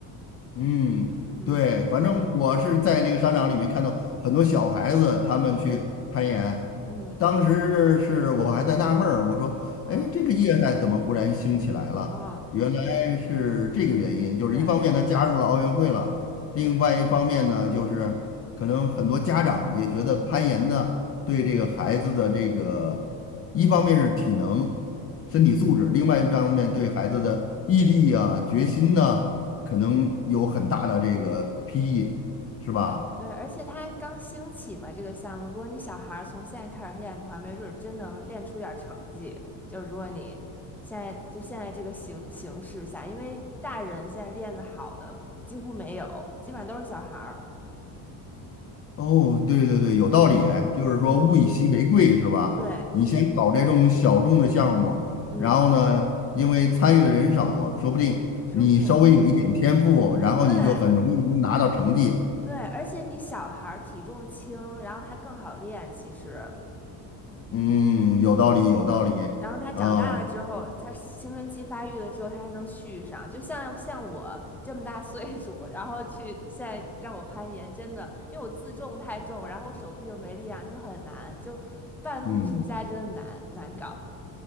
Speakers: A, on the left; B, in the centre.
A: 嗯，
B: 嗯
A: 对，反正我是在那个商场里面看到很多小孩子他们去攀岩，
B: 嗯
A: 当时是我还在纳闷儿，我说，
B: 嗯
A: 哎，这个业态怎么忽然兴起来了？
B: 嗯，
A: 原来是这个原因，就是一方面它加入了奥运会了，
B: 对，
A: 另外一方面呢，就是可能很多家长也觉得攀岩呢对这个孩子的这个，一方面是体能、身体素质，另外一方面对孩子的毅力啊、
B: 嗯
A: 决心呐。可能有很大的这个裨益，是吧？
B: 对，而且它刚兴起嘛，这个项目，如果你小孩儿从现在开始练的话，没准儿真能练出点儿成绩。就如果你现在就现在这个形形势下，因为大人现在练的好的几乎没有，基本上都是小孩儿。
A: 哦，对对对，有道理哎就是说物以稀为贵，
B: 嗯嗯。
A: 是吧？
B: 对，
A: 你先搞这种小众的项目，
B: 嗯，
A: 然后呢，因为参与的人少，说不定你稍微有一点天赋，
B: 说不定，
A: 然后你就很容易能拿到成绩。
B: 对对，而且你小孩儿体重轻，然后他更好练，其实，
A: 嗯，有道理，
B: 嗯，
A: 有道理。
B: 然后他长大了之后，
A: 啊，
B: 他青春期发育了之后，他还能续上，就像像我这么大岁数，然后去现在让我攀岩，真的，因为我自重太重，然后我手臂又没力量，就很难，就半路出家真的难难搞，
A: 嗯。